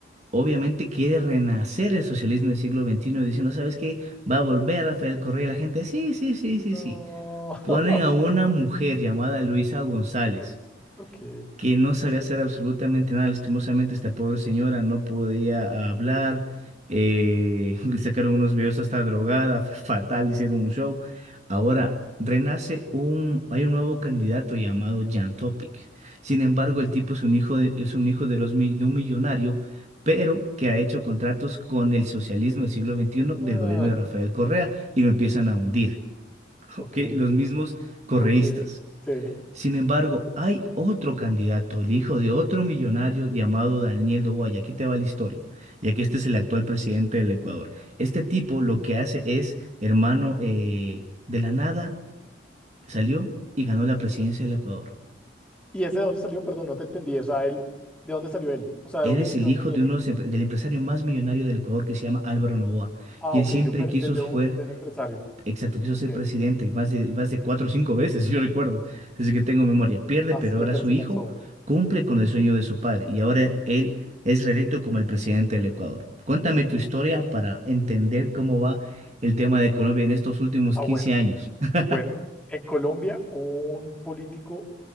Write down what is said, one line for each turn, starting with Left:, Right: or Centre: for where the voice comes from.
Right: Obviamente quiere renacer el socialismo del siglo XXI diciendo, ¿sabes qué? Va a volver Rafael Correa. La gente, sí, sí, sí, sí,
Centre: No.
Right: sí. Ponen
Centre: <laughs>
Right: a una mujer llamada Luisa González
Centre: Ok.
Right: que no sabía hacer absolutamente nada. Lastimosamente, esta pobre señora no podía hablar. eh, <laughs> le sacaron unos videos hasta drogada, <laughs> fatal, hicieron un show. Ahora renace un, hay un nuevo candidato llamado Jan Topic. Sin embargo, el tipo es un hijo de, es un hijo de los, mi- de un millonario, pero que ha hecho contratos con el socialismo del siglo XXI
Centre: Ah,
Right: del gobierno de Rafael Correa y lo empiezan
Centre: ok,
Right: a hundir. <laughs>
Centre: ok,
Right: ¿ok? Los mismos correístas.
Centre: ok. Sí.
Right: Sin embargo, hay otro candidato, el hijo de otro millonario llamado Daniel Noboa, y aquí te va la historia, ya que este es el actual presidente del Ecuador. Este tipo lo que hace es, hermano, eh, de la nada salió y ganó la presidencia del Ecuador.
Centre: ¿Y ese de dónde salió? Perdón, no te entendí. O sea, él, ¿de dónde salió él? O sea,
Right: Él
Centre: ¿de dónde,
Right: es
Centre: de
Right: el
Centre: dónde
Right: hijo
Centre: viene?
Right: de uno de los em- del empresario más millonario del Ecuador que se llama Álvaro Noboa,
Centre: Ah,
Right: y él
Centre: ok,
Right: siempre
Centre: de un, per-
Right: quiso
Centre: de, de
Right: fue
Centre: un, de un empresario.
Right: Exacto, quiso
Centre: Ok.
Right: ser presidente y más de, más de cuatro o cinco veces, <laughs> yo recuerdo, desde que tengo memoria. Pierde,
Centre: Ah,
Right: pero
Centre: siempre
Right: ahora su
Centre: se
Right: hijo
Centre: lanzó.
Right: cumple con el sueño de su padre y ahora él es reelecto como el presidente del Ecuador. Cuéntame tu historia
Centre: Ok.
Right: para entender cómo va el tema de Colombia en estos últimos
Centre: Ah,
Right: quince
Centre: bueno.
Right: años. <laughs>
Centre: Bueno, en Colombia hubo un político